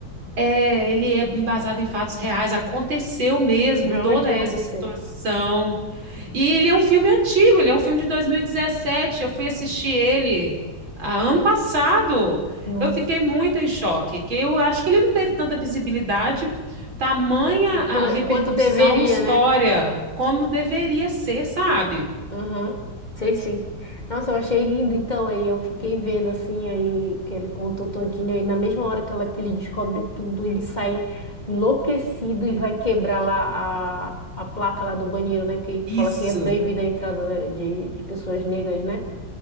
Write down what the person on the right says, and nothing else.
É, ele é embasado em fatos reais, aconteceu mesmo
toda
essa situação. E ele é um filme antigo, ele é um filme de 2017. Eu fui assistir ele ah, ano passado.
Eu fiquei muito em choque, que eu acho que ele não teve tanta visibilidade, tamanha a
repercussão
e história
como deveria ser, sabe?
Isso.